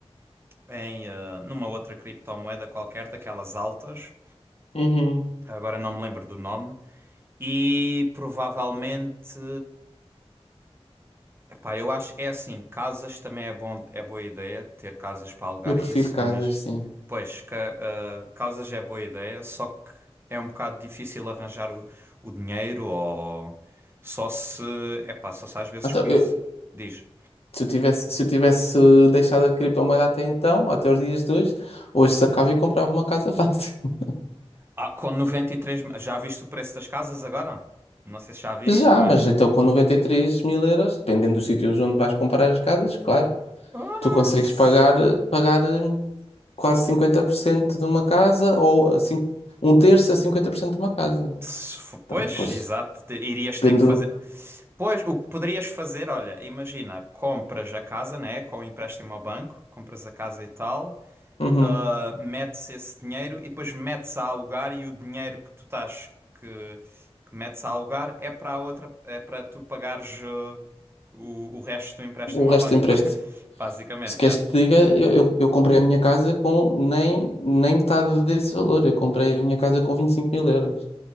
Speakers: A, on the right (about 20°); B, on the left (about 70°).
A: em eh, numa outra criptomoeda qualquer daquelas altas.
B: Uhum.
A: Agora não me lembro do nome. E provavelmente, epá, eu acho é assim, casas também é bom, é boa ideia ter casas para alugar
B: Eu prefiro
A: e isso,
B: casas,
A: mas
B: sim.
A: pois ca- eh, casas é boa ideia, só que é um bocado difícil arranjar o, o dinheiro ou só se, epá, só se às vezes
B: Então,
A: conhece,
B: eu-
A: diz.
B: se eu tivesse, se eu tivesse deixado a criptomoeda até então, até os dias de hoje, hoje sacava e comprava uma casa fácil. <laughs>
A: Ah, com noventa e três Já viste o preço das casas agora? Não sei se já viste,
B: Já,
A: mas.
B: mas então com noventa e três mil euros, dependendo dos sítios onde vais comprar as casas, claro,
A: Ah,
B: tu consegues
A: se-
B: pagar, pagar hum, quase 50% de uma casa ou assim, um terço a 50% de uma casa.
A: se fo-
B: Então,
A: Pois,
B: pois,
A: exato. te- Irias
B: depende.
A: ter que fazer.
B: do-
A: Pois, o que poderias fazer, olha, imagina, compras a casa, né? Com o empréstimo ao banco, compras a casa e tal,
B: Uhum.
A: ah, metes esse dinheiro e depois metes a alugar e o dinheiro que tu estás que, que metes a alugar é para a outra, é para tu pagares ah, o, o resto do empréstimo
B: O resto
A: ao banco.
B: empresta.
A: <laughs> Basicamente,
B: Se queres
A: já.
B: que te diga, eu, eu, eu comprei a minha casa com nem, nem metade desse valor. Eu comprei a minha casa com 25 mil euros.